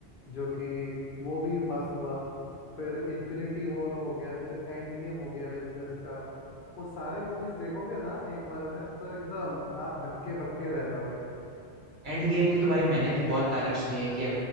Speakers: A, on the left; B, on the right.
A: जो कि वो भी मस्त हुआ फिर इन्फिनिटी वॉर हो गया फिर एंड गेम हो गया एवेंजर्स का वो सारे मूवीज देखोगे ना एक बार में तो एकदम आप हक्के बक्के रह जाओगे
B: एंड गेम की तो भाई मैंने भी बहुत तारीफ सुनी है कि